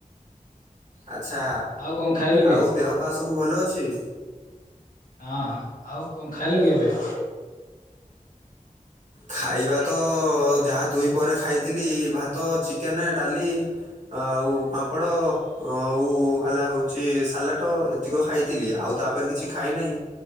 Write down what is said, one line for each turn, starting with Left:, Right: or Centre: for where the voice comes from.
Right: ଆଚ୍ଛା
Left: ଆଉ କଣ ଖାଇଲ କି?
Right: ଆଉ ଦେହପା ସବୁ ଭଲ ଅଛି?
Left: ହଁ ହଁ ଆଉ କଣ ଖାଇଲ କି ଏବେ।
Right: ଖାଇବା ତ ଯାହା ଦୁଇ ପହରେ ଖାଇଥିଲି ଭାତ ଚିକେନ ଡାଲି ଆଉ ପାମ୍ପଡ଼। ଆଉ ହେଲା ହଉଚି ସାଲାଟ ଏତିକ ଖାଇଥିଲି ଆଉ ତାପରେ କିଛି ଖାଇନାହିଁ।